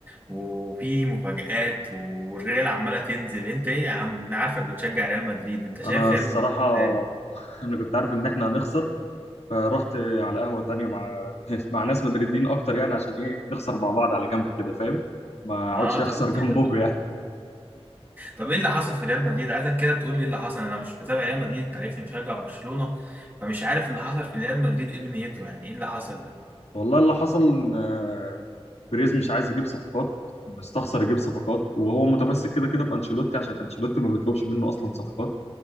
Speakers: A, on the right; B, on the left.
A: وفي مفاجآت والريال عماله تنزل انت ايه يا عم انت عارفك بتشجع ريال مدريد انت شايف
B: انا
A: ريال
B: الصراحه
A: مدريد ازاي
B: <laughs> انا كنت عارف ان احنا هنخسر فرحت على قهوه تانية مع <laughs> مع ناس مدريدين اكتر يعني عشان ايه نخسر مع بعض على جنب كده فاهم ما
A: اه
B: اقعدش <laughs> اخسر
A: طب قول
B: جنبكم
A: كده بقى
B: يعني
A: طب ايه اللي حصل في ريال مدريد عايزك كده تقول لي ايه اللي حصل انا مش بتابع ريال مدريد انت عارفني بشجع برشلونة فمش عارف اللي حصل في ريال مدريد ايه دنيته يعني ايه اللي حصل ده
B: والله اللي حصل ان آه، بريز مش عايز يجيب صفقات مستخسر يجيب صفقات وهو متمسك كده كده بانشيلوتي عشان انشيلوتي ما بيطلبش منه اصلا صفقات